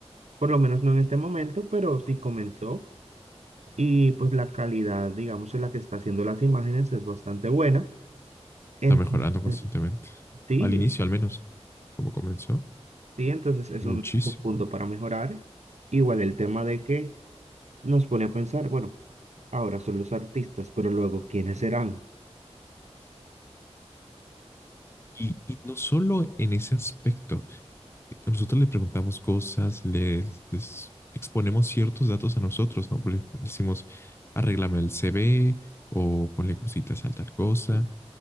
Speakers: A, on the right (about 80°); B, on the left (about 20°).
A: por lo menos no en este momento, pero sí comenzó y pues la calidad, digamos, en la que está haciendo las imágenes es bastante buena. Entonces,
B: Está mejorando constantemente.
A: sí,
B: Al inicio, al menos, como comenzó,
A: sí, entonces es
B: muchísimo.
A: un, es un punto para mejorar. Igual el tema de que nos pone a pensar, bueno, ahora son los artistas, pero luego, ¿quiénes serán?
B: Y, y no solo en ese aspecto. Nosotros le preguntamos cosas, le les exponemos ciertos datos a nosotros, ¿no? Le decimos, arréglame el CV o ponle cositas a tal cosa.